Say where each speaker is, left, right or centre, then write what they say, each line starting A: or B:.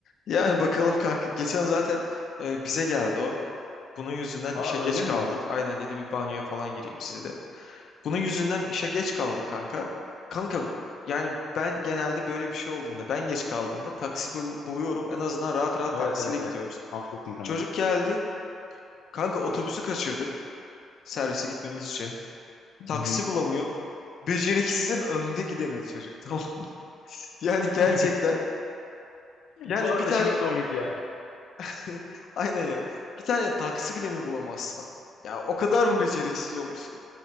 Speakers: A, on the left (about 60°); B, on the left (about 85°).
A: Yani bakalım kanka. Geçen zaten e, bize geldi o. Bunun yüzünden
B: Ha
A: işe geç
B: öyle
A: kaldık.
B: mi?
A: Aynen dedi bir banyoya falan gireyim size de. Bunun yüzünden işe geç kaldık kanka. Kanka yani ben genelde böyle bir şey olduğunda ben geç kaldığımda taksi bul- buluyorum. En azından rahat rahat
B: Evet
A: taksiyle
B: evet
A: gidiyoruz.
B: evet. Haklısın kanka.
A: Çocuk geldi. Kanka otobüsü kaçırdık. servise gitmemiz için. Taksi
B: Hı hı.
A: bulamıyor. Beceriksizin önde gideni çocuk tamam. <laughs> Yani
B: <laughs>
A: gerçekten yani
B: Bu arada
A: bir tane
B: çok komik ya.
A: <laughs> aynen ya. Bir tane taksi bile mi bulamazsın? Ya o kadar mı beceriksiz olursun?